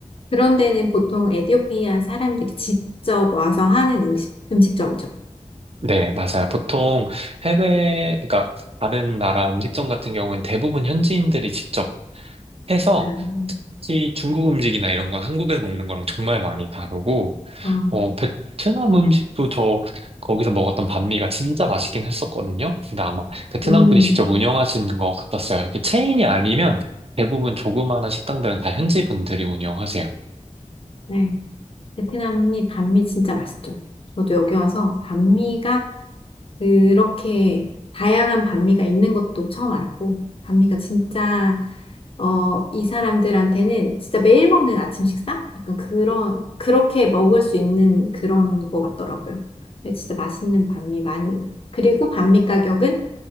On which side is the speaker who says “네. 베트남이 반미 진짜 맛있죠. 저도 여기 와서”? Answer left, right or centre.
Left